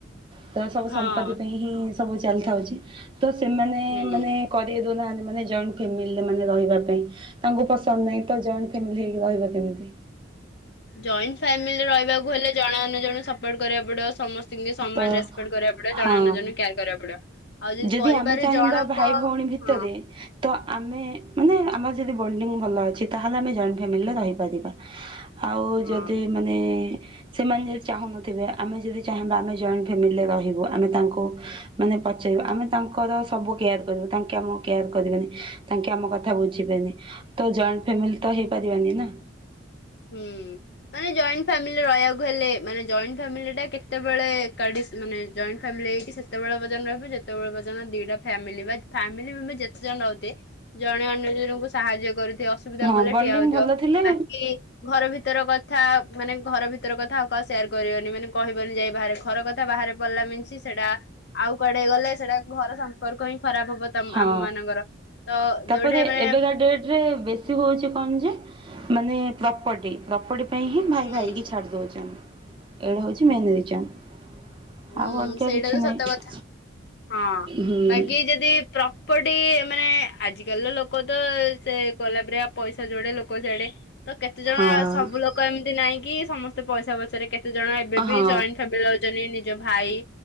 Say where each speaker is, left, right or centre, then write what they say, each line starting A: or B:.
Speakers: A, on the right; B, on the left.
A: ତ ସବୁ
B: ହଁ
A: ସମ୍ପତ୍ତି ହିଁ ସବୁ ଚାଲିଥାଉଛି। ତ ସେମାନେ-ନେ-ନେ
B: ହୁଁ।
A: ମାନେ କରି ଦଉନାହାନ୍ତି ମାନେ ଜଏଣ୍ଟ ଫ୍ୟାମିଲିରେ ମାନେ ରହିବା ପାଇଁ। ତାଙ୍କୁ ପସନ୍ଦ ନାହିଁ ତ ଜଏଣ୍ଟ ଫ୍ୟାମଲି ହେଇକି ରହିବା କେମତି।
B: ଜଏଣ୍ଟ ଫ୍ୟାମିଲିରେ ରହିବାକୁ ହେଲେ ଜଣେ ଅନ୍ୟ ଜଣଙ୍କୁ ସପୋର୍ଟ କରିବାକୁ ପଡିବ ସମସ୍ତିଙ୍କି ସମାନ
A: ତ
B: ରେସପେକ୍ଟ କରିବାକୁ ପଡିବ। ଜଣେ
A: ହଁ
B: ଅନ୍ୟ ଜଣଙ୍କୁ କେୟାର କରିବାକୁ ପଡିବ। ଆଉ
A: ଯଦି
B: ପରିବାରରେ
A: ଆମେ ଚାହିଁବା
B: ଜଣଙ୍କ
A: ଭାଇ ଭଉଣୀ ଭିତରେ
B: ହଁ
A: ତ ଆମେ ମାନେ ଆମର ଯଦି ବଣ୍ଡିଙ୍ଗ ଭଲ ଅଛି ତାହେଲେ ଆମେ ଜଏଣ୍ଟ ଫ୍ୟାମିଲିରେ ରହିପାରିବା। ଆଉ
B: ହଁ।
A: ଯଦି ମାନେ-ଏ-ଏ ସେମାନେ ଯଦି ଚାହୁଁନଥିବେ ଆମେ ଯଦି ଚାହିଁବା ଆମେ ଜଏଣ୍ଟ ଫାମିଲିରେ ରହିବୁ ଆମେ ତାଙ୍କୁ ମାନେ ପଚ ରିବୁ ଆମେ ତାଙ୍କର ସବୁ କେୟାର କରୁ ତାଙ୍କେ ଆମ କେୟାର କରିବେନି ତାଙ୍କେ ଆମ କଥା ବୁଝିବେନି, ତ ଜଏଣ୍ଟ ଫ୍ୟାମିଲି ତ ହେଇପାରିବାନି ନା।
B: ହୁଁ ମାନେ ଜଏଣ୍ଟ ଫ୍ୟାମିଲି ରହିବାକୁ ହେଲେ ମାନେ ଜଏଣ୍ଟ ଫ୍ୟାମିଲି ଟା କେତେବେଳେ କାଡ଼ିଶ୍ ମାନେ ଜଏଣ୍ଟ ଫାମିଲ ହେଇକି ସେତେବେଳେ ପର୍ଯ୍ୟନ୍ତ ରହିବ ଯେତେବେଳେ ପର୍ୟ୍ୟନ୍ତ ଦିଟା ଫାମିଲି ବା ଫାମିଲି ଯେତେ ଜଣ ରହୁଥିବେ ଜଣେ ଅନ୍ୟ ଜଣଙ୍କୁ ସାହାଯ୍ୟ କରୁ। ଟେ ଅସୁବିଧା
A: ହଁ
B: ପଡ଼ିଲେ
A: ବଣ୍ଡିଙ୍ଗ
B: ଠିଆ ହଉଥିବ
A: ଭଲ ଥିଲେ
B: ବାକି। ଘର ଭିତର କଥା ମାନେ ଘର ଭିତର କଥା ଆଉ କାହା ସେୟାର କରିବନି ମାନେ କହିବନି ଯାଇ ବାହାରେ ଘର କଥା ବାହାରେ ପଡିଲା ମିନଶ୍ ସେଟା ଆଉ କୁଆଡେ ଗଲେ ସେଟା ଘର ସମ୍ପର୍କ ହିଁ। ଖରାପ ହବ ତମ
A: ହଁ
B: ଆମ ମାନଙ୍କର ତ
A: ତାପରେ
B: ଯୋଉଟା ମାନେ
A: ଏବେକା ଡେଟ ରେ ବେଶୀ ହଉଛି କଣ ଯେ। ମାନେ ପ୍ରପର୍ଟି ପ୍ରପର୍ଟି। ପାଇଁ ହିଁ ଭାଇ
B: ହୁଁ
A: ଭାଇ କି ଛାଡି ଦଉଛନ୍ତି। ଏଇଟା ହଉଛି ମେନ୍ ରିଜନ।
B: ଉଁ
A: ଆଉ ଅଲଗା
B: ସେଇଟା
A: କିଛି
B: ତ
A: ନାହିଁ
B: ସତ କଥା ହଁ
A: ହୁଁ।
B: ବାକି ଯଦି। ପ୍ରପର୍ଟି ମାନେ ଆଜିକାଲିର ଲୋକ ତ ସେ ଗଲାପ ପଇସା ଯୋଡେ ଲୋକ ସୀଆଡେ। ତ କେତେ ଜଣ
A: ହଁ
B: ସବୁ ଲୋକ ଏମିତି ନାହିଁ। କି ସମସ୍ତେ ପଇସା ପଛରେ କେତେ। ଜଣ ଏବେ
A: ହଁ
B: ବି ଜଏଣ୍ଟ ଫ୍ୟାମିଲିରେ ରହୁଛନ୍ତି। ନିଜ ଭାଇ